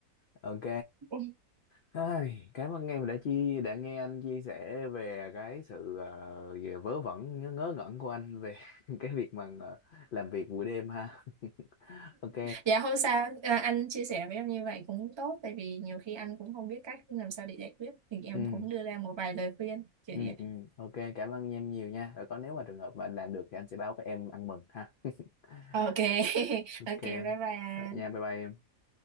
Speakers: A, on the left; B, on the right.
A: ok
B: <laughs>
A: Ai, cảm ơn em đã chi đã nghe anh chia sẻ về cái sự ờ, về vớ vẩn ngớ, ngớ ngẩn của anh về <laughs> cái việc mà ờ, làm việc buổi đêm ha <laughs> ok
B: dạ không sao à, anh chia sẻ với em như vậy cũng tốt tại vì nhiều khi anh cũng không biết cách làm sao để giải quyết thì em
A: ừ
B: cũng đưa ra một vài lời khuyên kiểu
A: ừ
B: vậy
A: ừ ok cảm ơn em nhiều nha rồi có nếu mà trường hợp mà anh làm được thì anh sẽ báo với em ăn mừng ha <laughs>
B: ok <laughs>
A: ok
B: ok bye bye
A: vậy nha bye bye em.